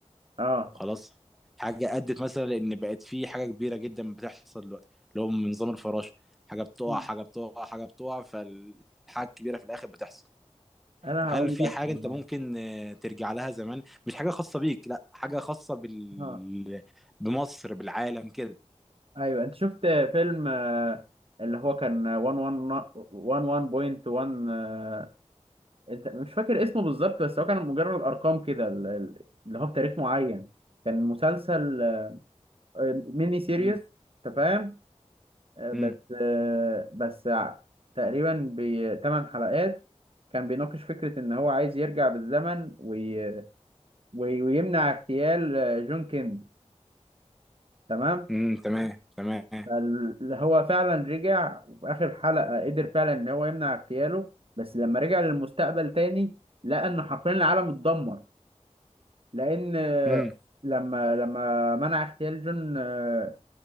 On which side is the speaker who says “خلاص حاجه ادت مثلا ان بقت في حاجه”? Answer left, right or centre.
Centre